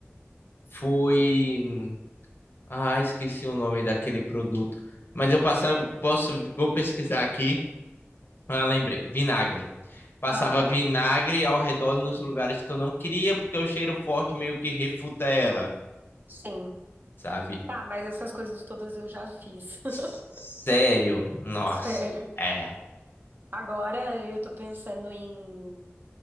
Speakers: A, on the left; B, on the right.
A: foi. Ah, esqueci o nome daquele produto. Mas eu passava, posso, vou pesquisar aqui. Ah, lembrei, vinagre. Passava
B: Ah, tá.
A: vinagre ao redor nos lugares que eu não queria, porque o cheiro forte meio que refuta ela,
B: Sim.
A: sabe?
B: Tá, mas essas coisas todas eu já fiz.
A: Sério,
B: <laughs>
A: nossa.
B: Sério.
A: É.
B: Agora eu tô pensando em,